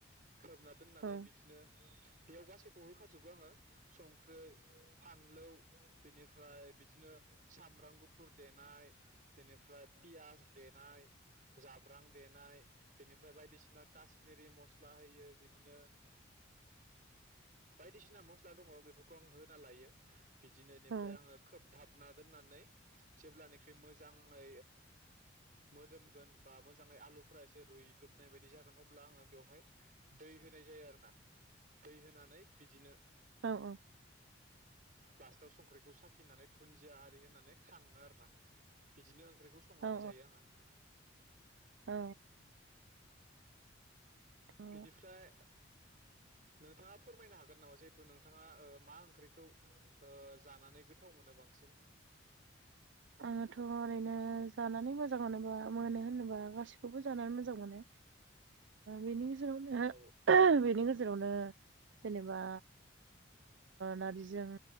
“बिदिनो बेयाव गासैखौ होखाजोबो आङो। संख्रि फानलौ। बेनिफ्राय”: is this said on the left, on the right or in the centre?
Right